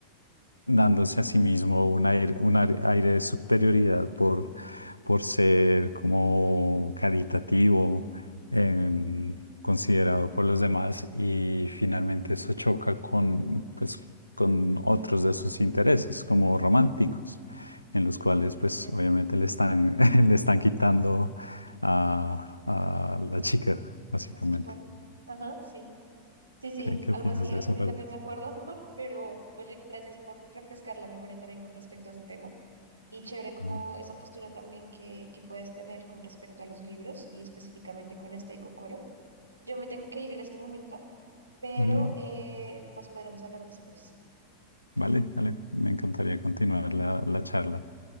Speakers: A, on the left; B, on the right.
A: dándose a sí mismo un aire, un aire aire de superioridad por, por ser como caritativo, em,
B: ujú,
A: considerado por los demás y finalmente eso choca con, pues, con otros de sus intereses como románticos, en los cuales
B: sí,
A: pues
B: es cierto.
A: obviamente le están, <laughs> le están quitando a, a la chica, básicamente.
B: Así es por. Ajá, sí. Sí, sí,
A: ¿Qué, qué
B: algo
A: opinas
B: así,
A: de
B: algo
A: esa
B: así
A: parte?
B: también me acuerdo, <laughs> pero oye, gracias por refrescar la memoria también con respecto a ese tema. Y chévere como
A: Ajá.
B: esa postura también que, que puedes tener con respecto a los libros y específicamente con este de Yo me tengo que ir en este momento, pero
A: Ujú.
B: eh, pues podríamos hablar después.
A: Vale, vale, me encantaría continuar la, la charla.